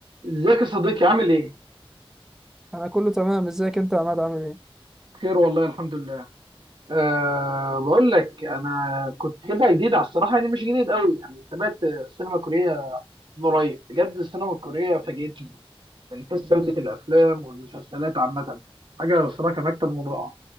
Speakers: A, on the right; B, in the centre.
A: ازيك يا صديقي عامل ايه؟
B: انا كله تمام ازيك انت يا عماد عامل ايه
A: خير والله الحمد لله أه بقول لك انا كنت كده جديد على الصراحه يعني مش جديد قوي يعني تابعت السينما الكوريه من قريب بجد السينما الكوريه فاجئتني من حيث جوده الافلام والمسلسلات عامه حاجه الصراحه كان اكتر من رائعه